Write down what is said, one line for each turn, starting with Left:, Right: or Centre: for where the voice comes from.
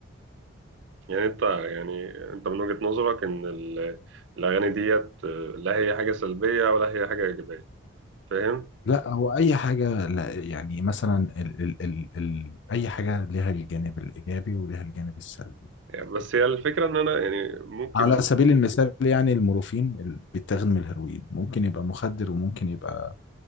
Right: يعني انت يعني انت من وجهة نظرك ان ال- الاغاني ديت آه، لا هي حاجة سلبية ولا هي حاجة ايجابية فاهم
Left: لا هو اي حاجه لا يعني مثلا ال ال ال ال اي حاجه لها الجانب الايجابي ولها الجانب السلبي
Right: يعني بس هي الفكرة ان انا يعني ممكن
Left: على سبيل المثال يعني المورفين اللي بيتاخد من الهيروين ممكن يبقى مخدر وممكن يبقى